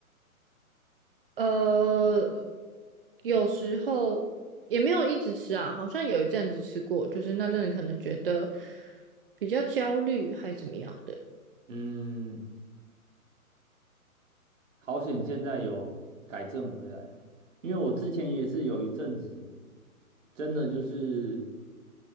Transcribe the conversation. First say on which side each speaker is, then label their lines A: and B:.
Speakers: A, on the right; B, on the right.
A: 呃，有时候也没有一直吃啊，好像有一阵子吃过，就是那阵子可能觉得比较焦虑还怎么样的。
B: 嗯，好险现在有改正回来啊！因为我之前也是有一阵子，真的就是